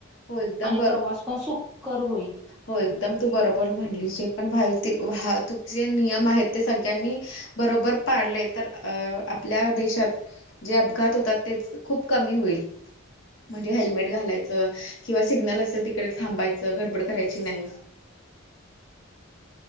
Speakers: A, on the left; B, in the centre.
A: हो एकदम
B: आणि
A: बरोबर
B: प्रवास पण सुकर होईल.
A: हो एकदम तू बरोबर म्हणली जे पण तू जे नियम आहेत ते सगळ्यांनी बरोबर पाडले तर अ आपल्या देशात. जे अपघात होतात तेच खूप कमी होईल. म्हणजे हेल्मेट घालायचं किंवा सिग्नल असेल तिकडे थांबायचं गडबड करायची नाही.